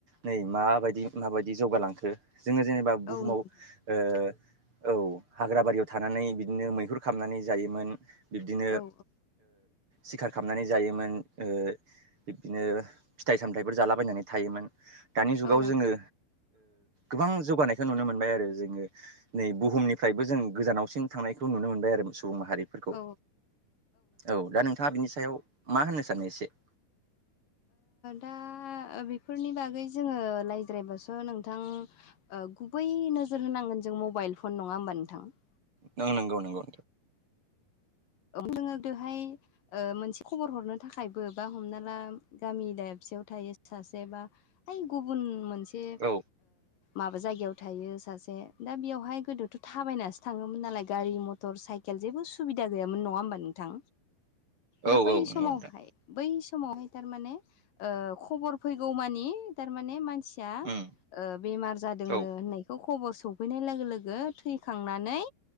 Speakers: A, on the right (about 35°); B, on the left (about 60°).
A: नै
B: औ
A: माबायदि
B: औ
A: माबायदि जौगालांखो जोङो जेनेबा बुहुमाव
B: औ नोंथां
A: ओ औ हाग्राबारियाव थानानै बिदिनो मैहुर खालामनानै जायोमोन। बिब्दिनो
B: औ
A: सिखार खालामनानै जायोमोन बिब्दिनो फिथाइ सामथायाइफोर जालाबायनानै थायोमोन दानि जुगाव
B: औ
A: जोङो गोबां जौगानायखौ नुनो मोनबाय आरो जोङो नै बुहुमनिफ्रायबो जों गोजानावसिम थांनायखौ नुनो मोनबाय आरो सुबुं माहारिफोरखौ
B: औ
A: औ दा नोंथाङा बिनि सायाव मा होननो सानो एसे
B: दा बेफोरनि बागै जोङो रायज्रायबासो नोंथां गुबै नोजोर होनांगोन जों मबाइल फन नङा होमबा नोंथां
A: नों नंगौ नगौ
B: दोङो बेवहाय मोनसे खबर हरनो थाखायबो बा हमना ला गामि दाबसेयाव थायो सासे बा इ गुबुन मोनसे
A: औ
B: माबा जायगायाव थायो सासे दा बेयावहाय गोदोथ' थाबायनासो थाङोमोन नालाय गारि मथर मटर साइकेल जेबो सुबिदा गैयामोन नङा होमबा नोंथां
A: औ
B: दा बै
A: औ नंगौ
B: समावहाय
A: नोंथां
B: बै समावहाय थारमाने खबर फैगौ मानि थारमाने मानसि मानसिया
A: उम
B: बेमार जादोंनो
A: औ
B: होननायखौ खबर सफैनाय लोगो लोगो थैखांनानै